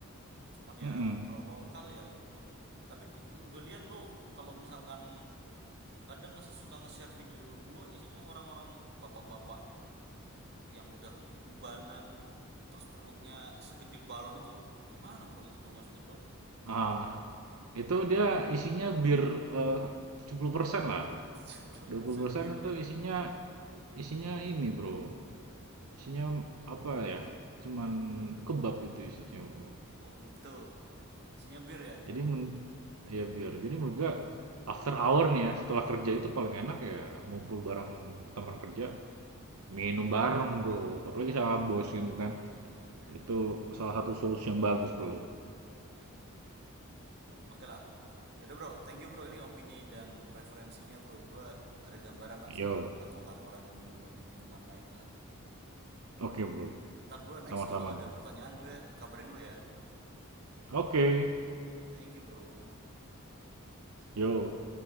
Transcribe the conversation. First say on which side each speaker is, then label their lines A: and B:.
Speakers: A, on the right; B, on the right.
A: Cuman ya
B: Mm-mm.
A: kalau lokal ya gitu. Tapi gue lihat lu kalau misalkan kadang nge- suka nge-share video ke gue isinya orang-orang bapak-bapak yang udah ubanan terus perutnya segede balon itu gimana bro itu bro maksudnya bro
B: Ah, itu dia isinya bir eh, 70%
A: <laughs>
B: lah.
A: 70%
B: dua puluh persen
A: bir ya
B: itu isinya isinya ini, Bro. Isinya apa ya? Cuman kebab itu isinya, Bro.
A: oh gitu isinya bir ya
B: Jadi men ya biar. Jadi menurut gua after hour nih ya, setelah kerja itu paling enak ya ngumpul bareng teman kerja, minum bareng, Bro. Apalagi sama
A: Oh,
B: bos
A: gitu
B: gitu
A: gitu
B: kan.
A: oke oke
B: Itu salah satu solusi yang bagus, Bro.
A: oke oke oke Oke lah. Yaudah bro, thank you bro. Ini opini dan preferensinya bro. Gue ada gambaran lah
B: Yo.
A: sekarang tentang Coca-Cola dan minuman-minuman lain lah.
B: Oke, Bro.
A: Ntar gue
B: Sama-sama,
A: next kalau ada
B: Bro.
A: pertanyaan gue kabarin lu ya.
B: Oke.
A: Thank you bro.
B: Yo.